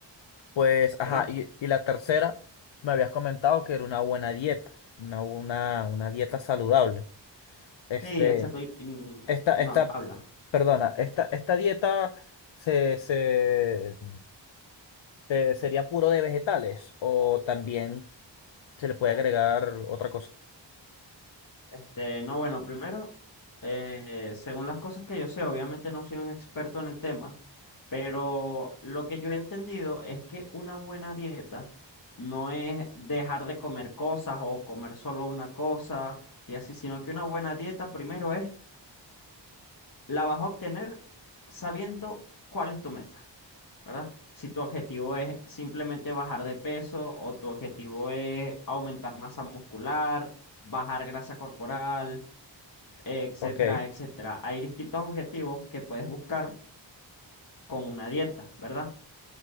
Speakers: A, on the left; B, on the left.
A: Pues,
B: ¿verdad?
A: ajá, y, y la tercera, me habías comentado que era una buena dieta, una, una, una dieta saludable. Este,
B: Sí, exacto. y- y, mm,
A: esta,
B: no,
A: esta,
B: habla.
A: perdona, esta, esta dieta se, se Te- ¿Sería puro de vegetales o también se le puede agregar otra cosa?
B: Este, no, bueno, primero, eh, según las cosas que yo sé, obviamente no soy un experto en el tema, pero lo que yo he entendido es que una buena dieta no es dejar de comer cosas o comer solo una cosa y así, sino que una buena dieta primero es, la vas a obtener sabiendo cuál es tu meta, ¿verdad? Si tu objetivo es simplemente bajar de peso o tu objetivo es aumentar masa muscular, bajar grasa corporal etcétera,
A: Ok.
B: etcétera. Hay distintos objetivos que puedes buscar con una dieta, ¿verdad?